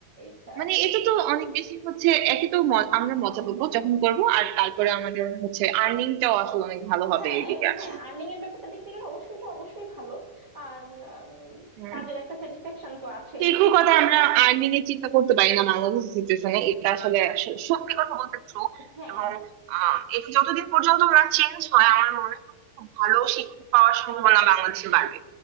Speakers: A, on the right (about 50°); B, on the right (about 80°).
A: ইচ্ছা
B: মানে
A: আছে
B: এটা তো অনেক বেশি হচ্ছে একে তো ম- আমরা মজা করবো যখন করবো আর তারপরে আমাদের হচ্ছে আর্নিংটাও আসলে অনেক ভালো হবে
A: হ্যাঁ
B: এইদিকে
A: এ-
B: আসলে
A: হ্যাঁ আর্নিং এর ব্যাপারটা দেখতে গেলে অবশ্যই এটা অবশ্যই ভালো আর উম,
B: হম
A: কাজের একটা স্যাটিসফ্যাকশন তো আছেই
B: সেরকম কথা
A: তো আমার
B: আমরা আর্নিং এর চিন্তা করতে পারি না বাংলাদেশের সিচুয়েশনে এটা আসলে স- সত্যি কথা বলতে ট্রু
A: হ্যাঁ
B: এবং
A: হ্যাঁ
B: আহ, এটা যতদিন পর্যন্ত না চেঞ্জ হয় আমার মনে হয় খুব ভালো শিক্ষক পাওয়ার সম্ভাবনা বাংলাদেশে বাড়বে